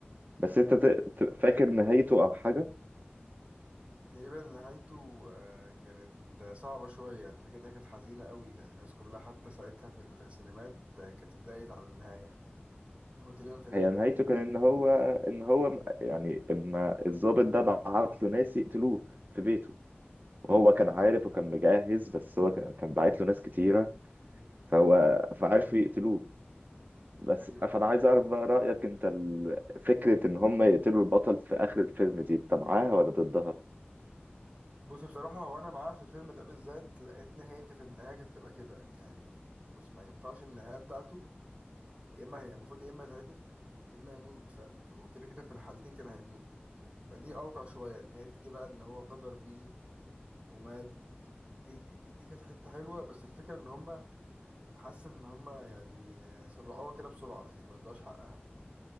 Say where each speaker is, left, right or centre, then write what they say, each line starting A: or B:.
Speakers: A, on the right; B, on the right.
A: بس
B: ايوه
A: أنت ت- ت- فاكر نهايته أو حاجة؟
B: تقريبا نهايته آه، كانت آه، صعبة شوية يعني فاكر انها كانت حزينة قوي يعني الناس كلها حتى ساعتها في السينمات آه، كانت اتضايقت على النهاية ان هو تقريبا في النهاية
A: هي نهايته كان إن هو إن هو يعني إما الضابط ده بعت له ناس يقتلوه في بيته وهو كان عارف وكان مجهز بس هو كان كان باعت له ناس كتيرة فهو فعرفوا يقتلوه بس
B: ايوه
A: فأنا
B: ايوه
A: عايز أعرف بقى رأيك أنت ال- فكرة إن هم يقتلوا البطل في آخر الفيلم دي أنت معاها ولا ضدها؟
B: بص بصراحة هو انا معاه في الفيلم ده بالذات لان هي كانت النهاية كانت تبقى كده يعني مش ما ينفعش النهاية بتاعته يا اما هي المفروض يا اما يتعدم يا اما يموت فاهم فهو كده كده في الحالتين كان هيموت فدي اوقع شوية ان هي تيجي بقى ان هو غدر بيه ومات دي دي, دي دي كانت حته حلوه بس الفكره ان هم حاسس ان هم يعني آه، سرعوها كده بسرعه يعني ما ادوهاش حقها